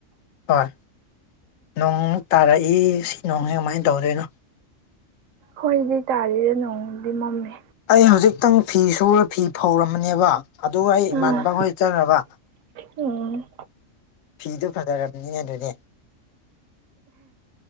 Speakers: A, on the left; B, on the right.
A: ꯍꯣꯏ ꯅꯣꯡ ꯇꯥꯔꯛꯏ ꯁꯤ ꯅꯣꯡꯁꯤ ꯀꯃꯥꯏꯅ ꯇꯧꯗꯣꯏꯅꯣ
B: ꯍꯣꯏꯗꯤ ꯇꯥꯔꯤꯗ ꯅꯣꯡꯃꯗꯤ ꯃꯝꯃꯦ
A: ꯑꯩ ꯍꯧꯖꯤꯛꯇꯪ ꯐꯤ ꯁꯨꯔ ꯐꯤ ꯐꯧꯔꯝꯕꯅꯦꯕ ꯑꯗꯨꯒ ꯑꯩ
B: ꯎꯝ
A: ꯏꯃꯅꯕꯈꯣꯏ ꯆꯠꯔꯕ
B: ꯎꯝ
A: ꯐꯤꯗꯨ ꯐꯖꯔꯕꯅꯤ ꯑꯗꯨꯗꯤ